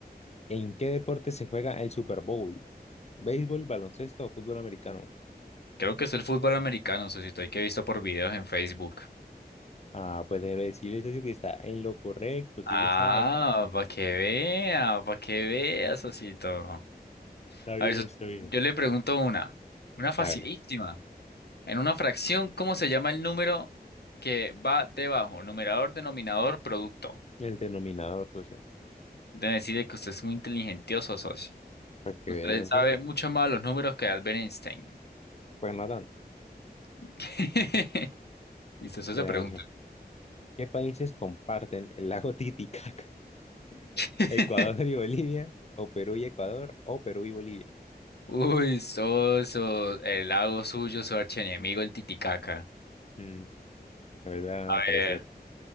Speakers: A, on the left; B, on the left.
A: ¿en qué deporte se juega el Super Bowl? ¿Béisbol, baloncesto o fútbol americano?
B: Creo que es el fútbol americano, socio, y que he visto por videos en Facebook.
A: Ah, pues debe decirle, socio, que está en lo correcto, sí
B: Ah,
A: le sabe.
B: para que vea, para que vea, socito.
A: Está bien,
B: A ver, soci-
A: está bien.
B: yo le pregunto una, una facilísima.
A: Hágale.
B: En una fracción, ¿cómo se llama el número que va debajo? Numerador, denominador, producto.
A: El denominador, socio,
B: Debe decirle que usted es muy inteligentioso, socio.
A: para que
B: Usted
A: veas, socio,
B: sabe mucho más los números que Albert Einstein.
A: pues no tanto.
B: <laughs> Listo, socio,
A: Mira,
B: pregunta.
A: socio. ¿Qué países comparten el lago Titicaca? <laughs>
B: <laughs>
A: ¿Ecuador y Bolivia? ¿O Perú y Ecuador? ¿O Perú y Bolivia?
B: Uy, socio, el lago suyo, su archienemigo, el Titicaca.
A: Mm, me vuelve a
B: A
A: parecer.
B: ver,